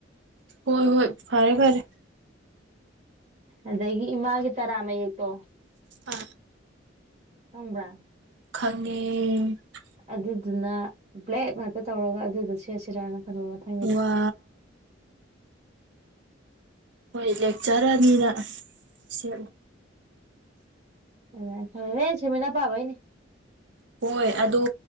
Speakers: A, on the right; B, on the right.
A: ꯍꯣꯏ ꯍꯣꯏ ꯐꯔꯦ ꯐꯔꯦ
B: ꯑꯗꯒꯤ ꯏꯃꯥꯒꯤ ꯇꯔꯥ ꯃꯌꯦꯛꯇꯣ
A: ꯑꯥ
B: ꯍꯕ꯭ꯔ
A: ꯈꯪꯉ
B: ꯑꯗꯨꯗꯨꯅ ꯕ꯭ꯂꯦꯛ ꯉꯥꯛꯇ ꯇꯧꯔꯒ ꯑꯗꯨꯗ ꯁꯦꯠꯁꯤꯔꯅ ꯈꯟꯕ ꯃꯊꯪꯒꯤꯗ
A: ꯋꯥ ꯍꯣꯏ ꯂꯦꯛꯆꯔꯅꯤꯅ ꯁꯦꯠꯂ
B: ꯦ ꯃꯃꯤꯅꯥ ꯄꯥꯕꯅꯦ
A: ꯍꯣꯏ ꯑꯗꯣ